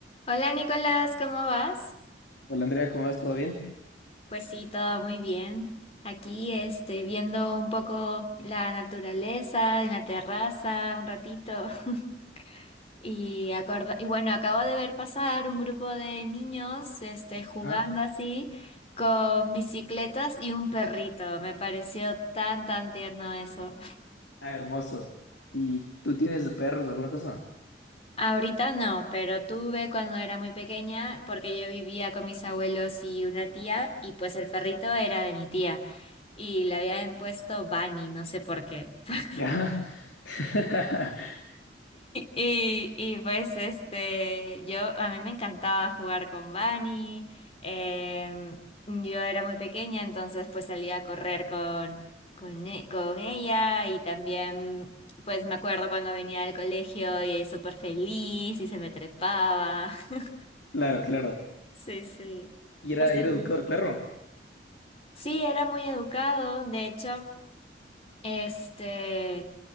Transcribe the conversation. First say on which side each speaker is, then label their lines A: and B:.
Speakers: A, on the left; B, on the left.
A: Hola Nicolás, ¿cómo vas?
B: Hola Andrea, ¿cómo vas? ¿Todo bien?
A: Pues sí, todo muy bien. Aquí, este, viendo un poco la naturaleza en la terraza, un ratito. <laughs> Y, acorda- y bueno, acabo de ver pasar un grupo de niños, este, jugando
B: Ah,
A: así con bicicletas y un perrito. Me pareció tan, tan tierno eso.
B: Ah, hermoso. ¿Y tú tienes de perros alguna cosa?
A: Ahorita no, pero tuve cuando era muy pequeña porque yo vivía con mis abuelos y una tía y pues el perrito era de mi tía y le habían puesto Bunny, no sé por qué. <laughs>
B: Ya. <laughs>
A: Y, y pues este, yo a mí me encantaba jugar con Bunny. em, yo era muy pequeña, entonces pues salía a correr con, con, e- con ella y también pues me acuerdo cuando venía al colegio y súper feliz y se me trepaba. <laughs>
B: Claro, claro.
A: Sí, sí.
B: ¿Y era,
A: No sé,
B: y era educado el perro?
A: sí, era muy educado, de hecho, este,